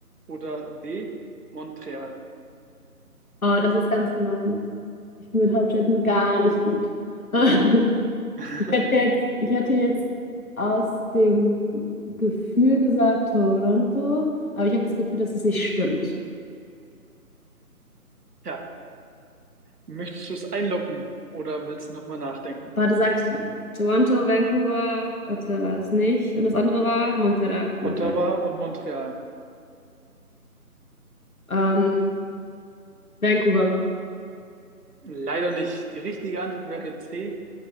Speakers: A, on the right; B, on the left.
A: oder D. Montreal?
B: Aber das ist ganz gemein. Ich bin mit Hauptstädten gar nicht gut. <laughs>
A: <laughs>
B: Ich hätte jetzt, ich hätte jetzt aus dem Gefühl gesagt Toronto, aber ich habe das Gefühl, dass es nicht stimmt.
A: Ja, möchtest du es einloggen oder willst du nochmal nachdenken?
B: Warte, sagt Toronto, Vancouver, Ottawa ist nicht. Und das andere war Montreal. Montreal.
A: Ottawa und Montreal.
B: Ähm, Vancouver.
A: Leider nicht. Die richtige Antwort wäre C.